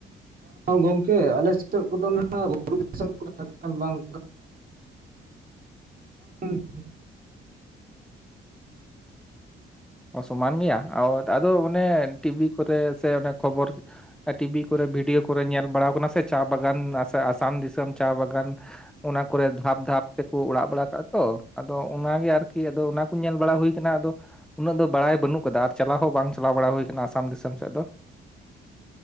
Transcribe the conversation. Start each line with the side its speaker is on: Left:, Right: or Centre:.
Right: ᱜᱚᱝᱠᱮ ᱟᱞᱮ ᱥᱮᱫ ᱠᱚᱫᱚ ᱱᱟᱦᱟᱸᱜ <inaudible>
Centre: ᱚ ᱥᱚᱢᱟᱱ ᱜᱮᱭᱟ ᱟᱫᱚ ᱚᱱᱮ ᱴᱤᱵᱤ ᱠᱚᱨᱮ ᱥᱮ ᱚᱱᱮ ᱠᱷᱚᱵᱚᱨ ᱴᱤᱵᱤ ᱠᱚᱨᱮ ᱵᱷᱤᱰᱭᱳ ᱠᱚᱨᱮ ᱧᱮᱞ ᱵᱟᱲᱟᱣ ᱟᱠᱟᱱᱟ ᱥᱮ ᱪᱟ ᱵᱟᱜᱟᱱ ᱟᱥᱟᱢ ᱫᱤᱥᱚᱢ ᱪᱟ ᱵᱟᱜᱟᱱ ᱚᱱᱟ ᱠᱚᱨᱮ ᱫᱷᱟᱯ ᱫᱷᱟᱯ ᱛᱮᱠᱚ ᱚᱲᱟᱜ ᱵᱟᱲᱟ ᱠᱟᱜᱼᱟ ᱛᱚ ᱟᱫᱚ ᱚᱱᱟᱜᱮ ᱟᱨᱠᱤ ᱟᱫᱚ ᱚᱱᱟ ᱧᱮᱞ ᱵᱟᱲᱟ ᱦᱩᱭ ᱠᱟᱱᱟ ᱟᱫᱚ ᱩᱱᱟᱹᱜ ᱫᱚ ᱵᱟᱲᱟᱭ ᱵᱟᱹᱱᱩᱜ ᱠᱟᱫᱟ ᱟᱨ ᱪᱟᱞᱟᱣ ᱦᱚᱸ ᱵᱟᱝ ᱪᱟᱞᱟᱣ ᱵᱟᱲᱟ ᱦᱩᱭ ᱟᱠᱟᱱᱟ ᱟᱥᱟᱢ ᱫᱤᱥᱚᱢ ᱥᱮᱫ ᱫᱚ